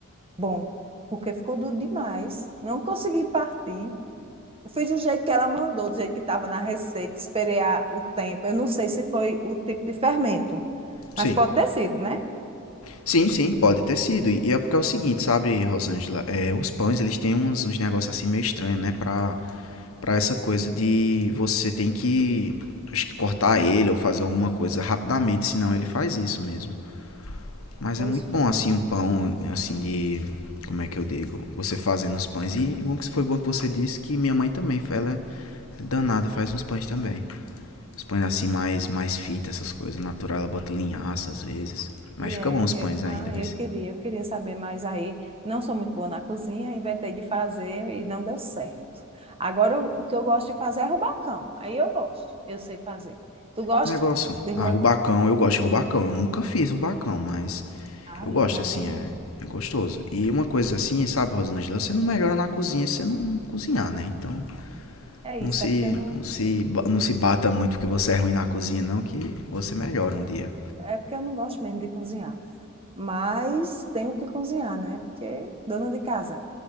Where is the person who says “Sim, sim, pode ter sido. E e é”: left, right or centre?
Left